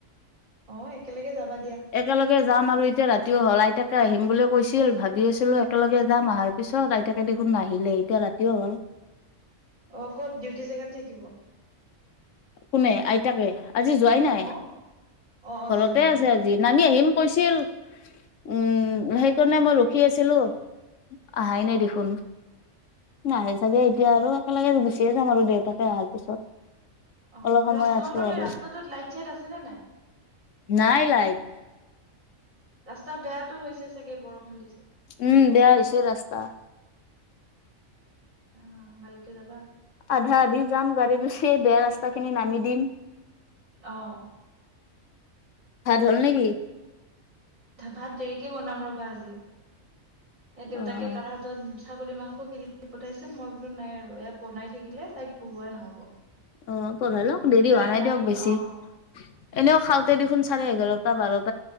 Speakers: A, on the right (about 80°); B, on the left (about 70°).
A: অ', একেলগে যাবা। দিয়া
B: একেলগে যাম আৰু এতিয়া ৰাতিও হ'ল আইতাকে আহিম বুলি কৈছিল ভাবি আছিলো একেলগে যাম আহাৰ পিছত আইতাকে দেখোন নাহিলে এতিয়া ৰাতিও হ'ল।
A: অ', ক'ত ডিউটি জেগাত থাকিব।
B: কোনে আইতাকে? আজি যোৱাই
A: অ
B: নাই।
A: অ অ
B: ঘৰতে
A: যোৱা নাই
B: আছে আজি নামি আহিম কৈছিল, উম সেইকাৰণে মই ৰখি আছিলো আহাই নাই
A: অ
B: দেখোন। নাহে চাগে এতিয়া আৰু একেলগে গুচিয়ে যাম আৰু দেউতাকে অহাৰ পিছত।
A: অ',
B: অলপ সময়
A: ৰা তোমালোকৰ
B: আছো আৰু।
A: সেই ৰাস্তাটোত লাইট চাইট আছে নে নাই?
B: নাই লাইট।
A: ৰাস্তা বেয়াতো হৈছে চাগে বৰষুণ দিছে
B: উম বেয়া হৈছে ৰাস্তা।
A: অ', ভালকে যাবা।
B: আধা আধি যাম গাড়ীত উঠি, বেয়া ৰাস্তাখিনি নামি দিম।
A: আহ।
B: ভাত হ'ল নে কি?
A: ভাত দেৰিকে বনাম ৰ'বা আজি। দেউতাকে
B: অ',
A: কামটোত ছাগলী মাংস কিনি পঠাইছে, মই বোলো নাই আৰু ইয়াত বনাই থাকিলে তাইক পঢ়ুৱাই নহ'ব।
B: অ', পঢ়াই লওঁক দেৰি
A: সেইকাৰণে
B: হোৱা নাই
A: তাইক
B: দিয়ক বেছি।
A: অ
B: এনেও খাওঁতে দেখোন চাৰে এঘাৰটা বাৰতা